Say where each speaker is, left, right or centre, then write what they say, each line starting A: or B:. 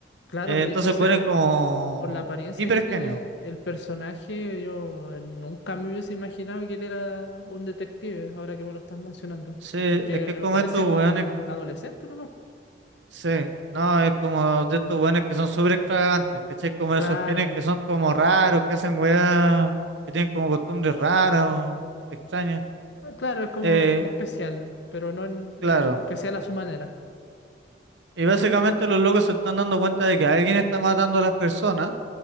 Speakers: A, on the left (about 80°); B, on the right (about 85°).
A: claro,
B: Eh,
A: pues,
B: entonces,
A: entonces
B: bueno, es como
A: por la apariencia
B: hiper
A: que tiene
B: genio.
A: el personaje, yo nunca me hubiese imaginado que él era un detective, ahora que me lo estás mencionando.
B: Sí, es
A: Porque
B: que es como
A: eh, parece
B: estos
A: como
B: weones,
A: un adolescente nomás.
B: sí, no, es como de estos weones que son súper extravagantes, ¿cachai? Como
A: Claro,
B: esos genios que son como raros, que hacen weas, que tienen como costumbres raras o extrañas.
A: ah, claro, es como
B: Eh,
A: especial, pero no en-
B: claro.
A: es especial a su manera.
B: Y básicamente los locos se están dando cuenta de que alguien está matando a las personas